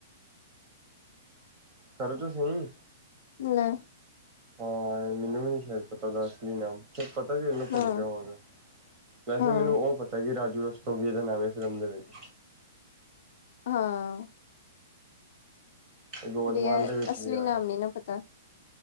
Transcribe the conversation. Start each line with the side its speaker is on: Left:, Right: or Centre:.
Right: ਕਰੋ ਚੋ ਸਈ
Left: ਲੈ
Right: ਹਾਂ ਮੈਨੂੰ ਵੀ ਨੀ ਸ਼ਾਇਦ ਪਤਾ ਓਦਾ ਅਸਲੀ ਨਾਮ ਸਾਦ ਪਤਾ ਵੀ ਹੋਵੇ ਭੁੱਲ
Left: ਹਾਂ
Right: ਗਿਆ ਹੋਵਾਂਗਾ ਵੈਸੇ
Left: ਹਾਂ
Right: ਮੈਨੂੰ ਉਹ ਪਤਾ ਜੀ ਰਾਜੂ ਰਸਤੋਗੀਏ ਉਦਾ ਨਾਮ ਫਿਲਮ ਦੇ ਵਿੱਚ
Left: ਹਾਂ ਆ
Right: ਗੋਦਮਾਲ
Left: ਰੀਅ
Right: ਦੇ ਵਿੱਚ
Left: ਅਸਲੀ
Right: ਵੀ ਆਇਆ
Left: ਨਾਮ ਨੀ ਨਾ ਪਤਾ